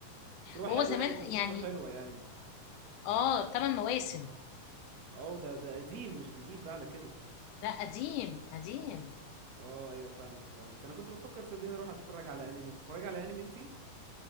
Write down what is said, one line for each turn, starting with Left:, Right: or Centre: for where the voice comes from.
Right: بس هو
Left: وهو
Right: حلو
Left: زمان
Right: يعني قصته
Left: يعني
Right: حلوة يعني
Left: اه ثمان مواسم
Right: اه ده ده قديم مش جديد بقى على كده
Left: لا قديم قديم
Right: اه ايوه فاهمك فاهمك انا كنت بفكر صدقني اروح اتفرج على انمي تتفرج على انمي انتي